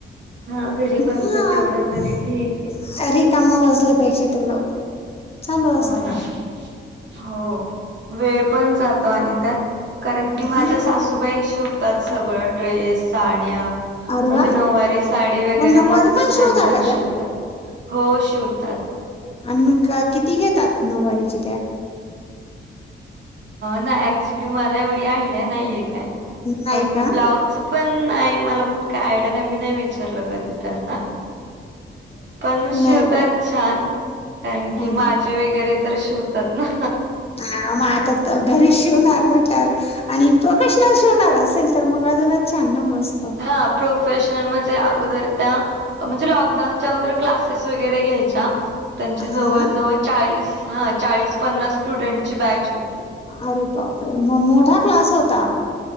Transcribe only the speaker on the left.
हा
रिकामं बसल्यापेक्षा तेवढं चालू
असतो.
हा
अरे
वा
मग नऊवारी
पण
शिवता
का त्या
आणि मी किती घेतात नऊवारीची त्या
नाही
का
नाही का
हो ना
हा, मग आता घरी शिवणार म्हटल्यार आणि प्रोफेशनल श होणार असेल तर मग अजूनच छान ना मग. मस्त
हा
ना
अरे पाप रे म मोठा क्लास होता.